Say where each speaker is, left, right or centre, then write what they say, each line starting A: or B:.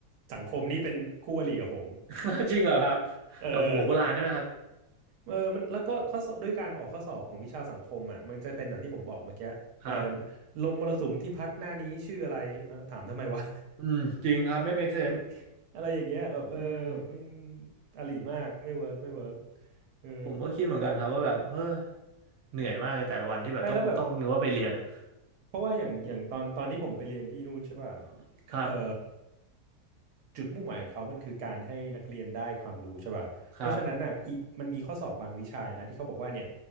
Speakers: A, on the right; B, on the right.
A: สังคมนี้เป็นคู่อริกับผม
B: <laughs> จริงเหรอครับ
A: <laughs> เออ
B: แบบหัวโบราณใช่ไหมครับ
A: เออมันแล้วก็ข้อสอบด้วยการออกข้อสอบของวิชาสังคมอ่ะมันจะเป็นแบบที่ผมบอกเมื่อกี้เออ
B: ครับ
A: ลมมรสุมที่พัดหน้านี้ชื่ออะไรเออถามทำไมวะ
B: อืมจริงครับไม่ make sense
A: <laughs> อะไรอย่างเงี้ยแบบเออแบบไม่
B: อืม
A: อริมากไม่เวิร์กไม่เวิร์กเออ
B: ผมก็คิดเหมือนกันครับว่าแบบเฮ้ยเหนื่อยมากเลยแต่ละวันที่แบบต้องต้องนึกว่าไปเรียนอะ
A: ใช่แล้วแบบ เพราะว่าอย่างอย่างตอนตอนที่ผมไปเรียนที่นู่นใช่ป่ะ
B: <laughs> ครับ
A: เอ่อจุดมุ่งหมายของเขามันคือการให้นักเรียนได้ความรู้ใช่ป่ะเพราะฉะนั้นน่ะอีมันมีข้อสอบบางวิชานะที่เขาบอกว่าเนี่ย
B: ครับ